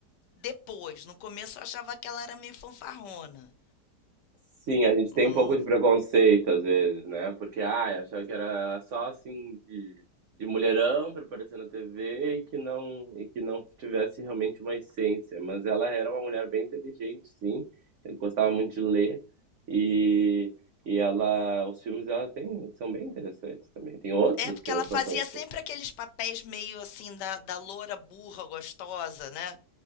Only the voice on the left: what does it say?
Depois, no começo eu achava que ela era meio fanfarrona.
Hum,
é, porque
ela
fazia
sempre aqueles papéis meio assim da, da loura burra gostosa, né?